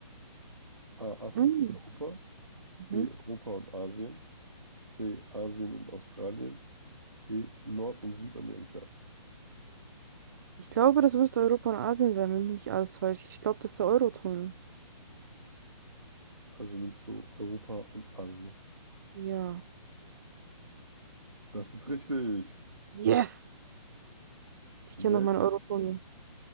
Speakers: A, on the right; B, on the right.
A: A. Afrika
B: Mm.
A: und Europa.
B: Mhm.
A: B. Europa und Asien. C. Asien und Australien. D. Nord- und Südamerika.
B: Ich glaube, das müsste Europa und Asien sein, wenn mich nicht alles täuscht. Ich glaube, das ist der Eurotunnel.
A: Also nimmst du Europa und Asien.
B: Ja.
A: Das ist richtig.
B: Yes! Ich
A: Welche,
B: kenne noch meinen Eurotunnel.